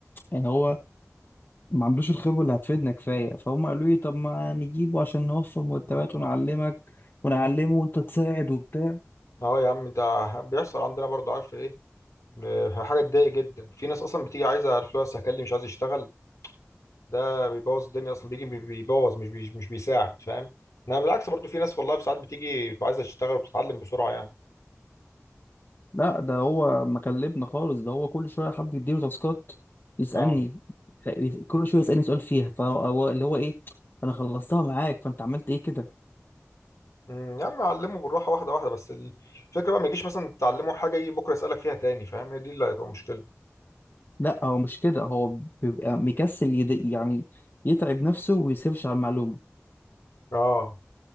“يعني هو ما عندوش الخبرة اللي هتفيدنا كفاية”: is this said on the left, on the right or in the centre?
Left